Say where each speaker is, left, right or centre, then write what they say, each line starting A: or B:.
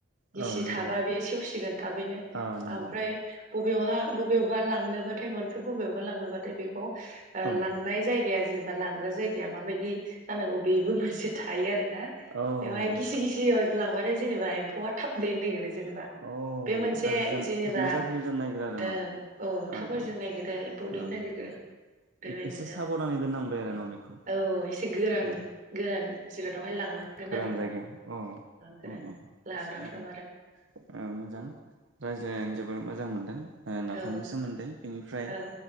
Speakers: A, on the right; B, on the right.
A: गिसि
B: औ औ नंगौ
A: थाबा बे सेवसिगोन थाबैनो
B: ओ नंगौ
A: ओमफ्राय बबेयावहा बबेयावबा लांनो बा बाथाय न'निफाय बबेयावबा लांनो बाथाय बेखौ ओ
B: औ
A: लांनाय जाय जायगाया जेनेबा लांग्रा जायगाया माबायदि जानांगौ बेबो मोनसे थायो आरो। ना
B: औ
A: बेवहाय गिसि गिसियाव लांबाथाय जेनेबा फौवा थाब दैनो नायगिरो। जेनेबा
B: औ
A: बे मोनसे
B: गाज्रि जानो
A: जेनेबा
B: थाबनो गाज्रि जानो नागिरो आरो
A: ओं
B: न'
A: अ थाब
B: ओं
A: गाज्रि
B: ओं
A: जानो नागिरो एम्फौ
B: ओं
A: दैनो नागिरो
B: ओं
A: बेबायदिनो
B: एसे साबधानै
A: आरो।
B: दोननांबाय आरो न' बेखौ
A: औ एसे गोरान
B: ओ
A: गोरान जिरादआवहाय लांनांगोन
B: गोरान
A: आरो
B: जायगायाव औ
A: गोरान
B: उम उम
A: लाग्राफ्राव
B: एसे मोजां
A: आरो
B: ओ मोजां
A: औ
B: रायज्लायनानै जोबोर मोजां मोनदों ओ नाफामनि
A: औ
B: सोमोन्दै बेनिफ्राय
A: औ